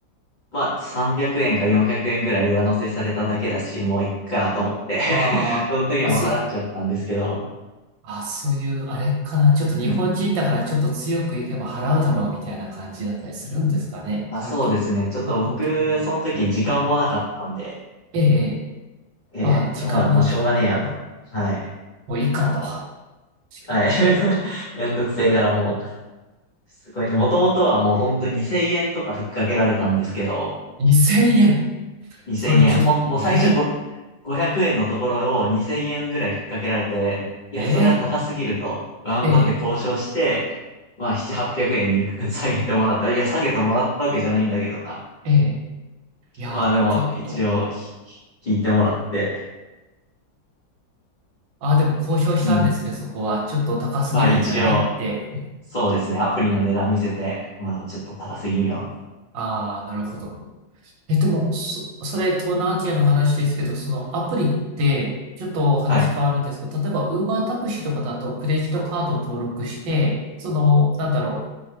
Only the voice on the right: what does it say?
ああ、
あ、そ、あ、そういう、あれかな。ちょっと日本人だからちょっと強くいけば払うだろうみたいな感じだったりするんですかね。
観客、
観光客狙って。
ええ、ええ。
あ、時間もなかった。
もういいかと。確
か
に。2000円。
それちょ、
ええ、
ええ、
ええ、
ええ。いや、
ちょっと。
あ、でも交渉したんですね、
そこは。ちょっと高すぎるんじゃないって。
ああ、なるほど。え、でも、そ、それ、東南アジアの話ですけど、そのアプリって、ちょっと話変わるんですけど、
例えば、ウーバータクシーとかだと、クレジットカードを登録して、その、なんだろう、